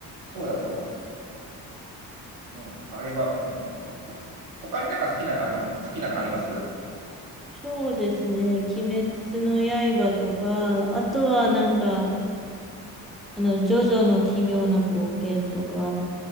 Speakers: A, on the right; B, in the centre.
A: そうだ、そうだ。うん。あれは、うん。びっくりしました。他になんか好きなのあります好きなのあります
B: そうですね。鬼滅の刃とか、あとはなんか、あの、ジョジョの奇妙な冒険とか、